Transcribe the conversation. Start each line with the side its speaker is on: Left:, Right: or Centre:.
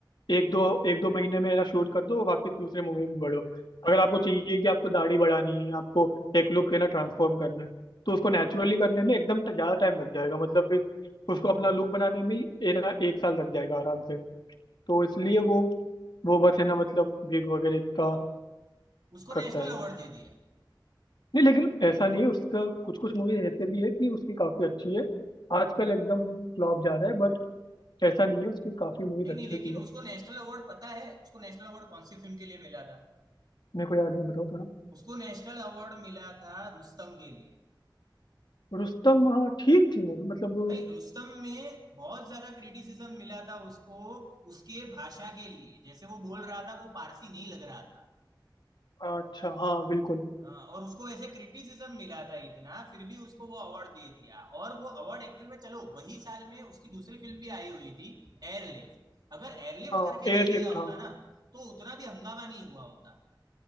Left: एक दो एक दो महीने में शूट कर दो वापस दूसरे मूवी में बढ़ो अगर आपको चाहिए कि आपको दाढ़ी बढ़ानी है आपको एक लुक है ना ट्रांसफॉर्म करना है तो उसको नेचुरली करने में एकदम ट- ज्यादा टाइम लग जाएगा मतलब फिर
Right: हम्म
Left: उसको अपना लुक बनाने में ही ये ना एक साल लग जाएगा आराम से तो इसलिए वो वो बस है ना मतलब विग वगैरह का
Right: और उसको
Left: करता
Right: नेशनल
Left: है वो
Right: अवार्ड दे दिया
Left: नहीं लेकिन ऐसा नहीं है उसका कुछ कुछ मूवी ऐसे भी है कि उसकी काफी अच्छी है आजकल एकदम फ्लॉप जा रहा है ऐसा नहीं है उसकी काफी मूवीज
Right: नहीं
Left: अच्छी
Right: नहीं लेकिन
Left: भी है
Right: उसको नेशनल अवार्ड पता है उसको नेशनल अवार्ड कौन सी फिल्म के लिए मिला था
Left: मेरे को याद नहीं बताओ थोड़ा
Right: उसको नेशनल अवार्ड मिला था रुस्तम के लिए
Left: रुस्तम हाँ ठीक थी मूवी मतलब
Right: भाई रुस्तम में बहुत ज्यादा क्रिटिसिज्म मिला था उसको उसके भाषा के लिए जैसे वो बोल रहा था वो पारसी नहीं लग रहा था
Left: अच्छा हाँ बिल्कुल
Right: हाँ, और उसको वैसे क्रिटिसिज्म मिला था इतना फिर भी उसको वो अवार्ड दे दिया और वो अवार्ड एक्चुअल में चलो वही साल में उसकी दूसरी फिल्म भी आई हुई थी एयरलिफ्ट अगर एयरलिफ्ट
Left: हाँ
Right: करके दे
Left: एयरलिफ्ट
Right: दिया होता
Left: हाँ
Right: ना तो उतना भी हंगामा नहीं हुआ होता